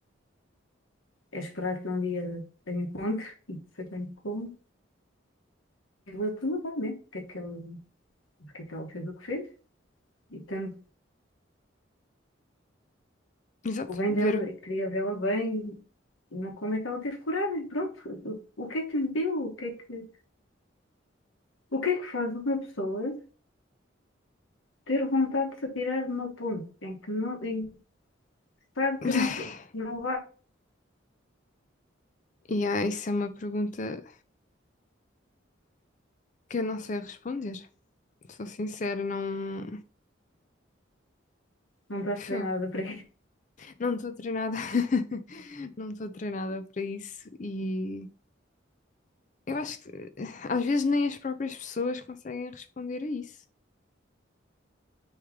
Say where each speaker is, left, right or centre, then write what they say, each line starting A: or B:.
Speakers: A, on the left (about 85°); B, on the left (about 40°).
A: é esperar que um dia a encontre, e sei bem como, e vou perguntar mesmo o que é que ela, o que é que ela fez o que fez, e tanto
B: Exato.
A: o bem
B: Ver.
A: dela, e queria
B: <laughs>
A: vê-la bem, e não como é que ela teve coragem, pronto, o, o que é que lhe deu, o que é que, o que é que faz uma pessoa ter vontade de se atirar de uma ponte, em que não, em que sabe
B: <sighs>
A: que não, sou- não vai,
B: E ah, isso é uma pergunta que eu não sei responder. Sou sincera, não.
A: não estás
B: Fogo.
A: treinada para isso. <laughs>
B: Não estou treinada. <laughs> Não estou treinada para isso e eu acho que eh, às vezes nem as próprias pessoas conseguem responder a isso.